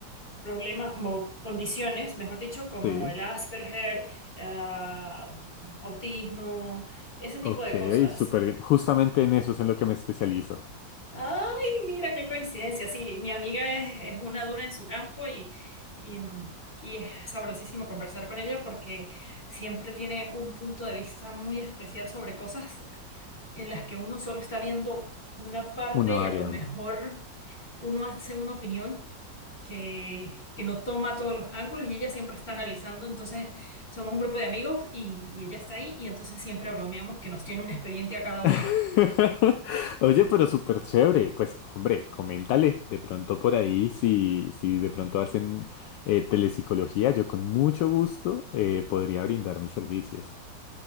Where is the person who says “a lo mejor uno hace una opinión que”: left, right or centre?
Left